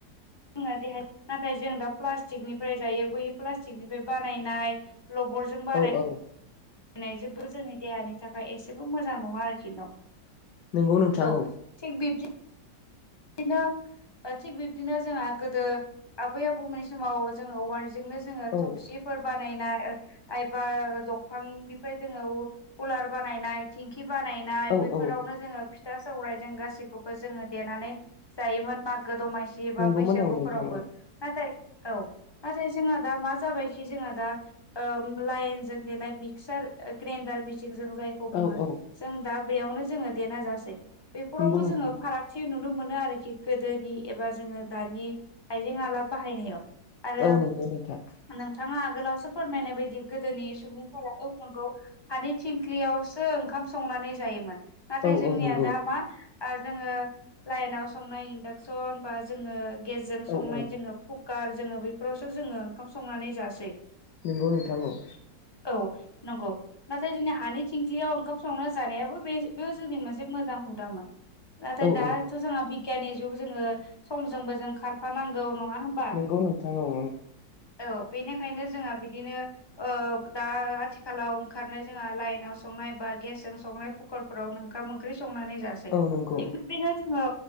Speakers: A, on the left; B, on the left.
A: जोंना देहा नाथाय जों दा प्लास्टिकनिफाय जायो। बै प्लास्टिकनिफाय बानायनाय लबरजों बानाय
B: औ औ
A: नाय जेबो जोंनि देहानि थाखाय एसेबो मोजां नङा आरोखि न'।
B: नंगौ नोंथां
A: औ थिग बिब्दि दिनो ओ थिग बिब्दिनो जोंहा गोदो आबै आबौमोननि समाव जोङो औवार्ज जोंनो जोङो
B: औ
A: थबसिफोर बा नायनाय ओ आइबा दंफांनिफाय जोङो उ-उलार बानायनाय थेंखि खि बानायनाय
B: औ
A: बैफोरावनो
B: औ
A: जोङो फिथा सौराय जों गासैखौबो जोङो देनानै जायोमोन मागो दमासि एबा
B: नंगौमोन
A: बैसागुफोरावबो।
B: औ नोंथां
A: नाथाय औ नाथाय जोंहा दा मा जाबायखि जोंहा दा ओ लाइनजों देनाय मिक्सार ग्रेनडार मि सिंजों जायखौ बुङो
B: औ
A: जों दा बेयावनो जोङो देना जासै। बेफोरावबो
B: नंगौ नोंथां
A: जोङो फारागथि नु नु मोनो आरोखि गोदोनि एबा जोङो दानि आइजें आला बाहायनायाव। आरो
B: औ नंगौ नोंथां
A: नोंथाङा आगोलावस सो फोरमायनाय बायदि गोदोनि सुबुंफोरा औ नोंगौ हानि थिंख्लियावसो ओंखाम संनानै जायोमोन। नाथाय
B: औ
A: जोंनिया
B: औ नंगौ
A: दा मा आ जोङो लाइनाव संनाय इन्डाक्सन बा जोङो गेजजों
B: औ
A: संनाय
B: औ
A: जोङो फुफ खार जोङो बैफोरावसो जोङो ओंखाम संनानै जासै।
B: नोंगौ नोंथां औ।
A: औ नोंगौ नाथाय जोंनि हानि थिंखलियाव ओंखाम संनो जानायाबो बे बे जोंनि मोनसे मोजां हुदामोन नाथाय
B: औ
A: दा
B: औ
A: आ बिगियाननि जुग जोङो समजोंबो जों खारफानांगौ। नङा होनबा?
B: नंगौ नोंथां औ
A: औ। बेनिखायनो जोंहा बिदिनो ओ दा आथिखालाव ओंखारनाय जोंहा लाइनाव संनाय बा आ गेसजों संनाय फुखारफोरावनो ओंखाम ओंख्रि संनानै जासै। थिग
B: औ नंगौ
A: बादिनो जों औ